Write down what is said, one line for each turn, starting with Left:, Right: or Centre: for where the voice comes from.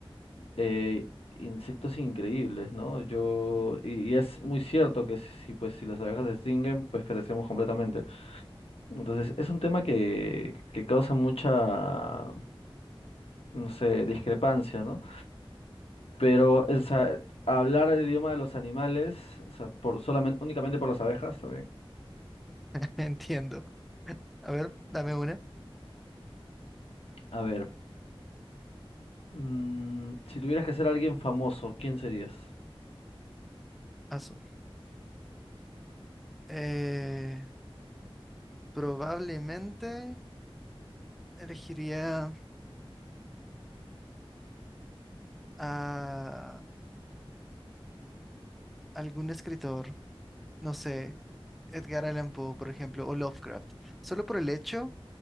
Left: eh, insectos increíbles, ¿no? Yo, y, y es muy cierto que si, pues, si las abejas se extinguen, pues perecemos completamente. Entonces, es un tema que, que causa mucha, no sé, discrepancia, ¿no? Pero, o sea, hablar el idioma de los animales, o sea, por solamente, únicamente por las abejas también.
Centre: <laughs> Entiendo. A ver, dame una.
Left: A ver, mm, si tuvieras que ser alguien famoso, ¿quién serías?
Centre: Asu. Eh, probablemente elegiría. a algún escritor, no sé, Edgar Allan Poe, por ejemplo, o Lovecraft, solo por el hecho,